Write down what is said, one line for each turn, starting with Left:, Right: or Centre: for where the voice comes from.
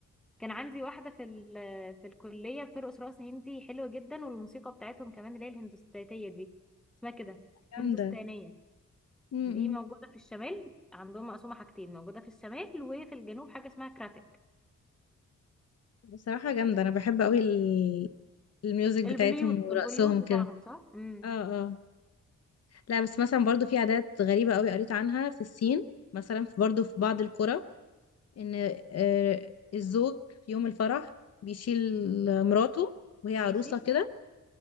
Centre: كان عندي واحدة في ال... في الكلية بترقص رقص هندي حلو جدا والموسيقى بتاعتهم كمان اللي هي الهندوستانية دي اسمها كده
Left: جامدة
Centre: هندوستانية
Left: امم
Centre: دي موجودة في الشمال عندهم مقسومة حاجتين موجودة في الشمال وفي الجنوب حاجة اسمها كراتك
Left: بصراحة جامدة أنا بحب أوي ال- الميوزك بتاعتهم
Centre: البوليود
Left: ورقصهم
Centre: البوليود بتاعهم
Left: كده
Centre: صح؟ امم
Left: اه اه لا بس مثلا برضو في عادات غريبة أوي قريت عنها في الصين مثلا في برضو في بعض القرى إن آه، الزوج في يوم الفرح بيشيل مراته وهي عروسة
Centre: ماشي
Left: كده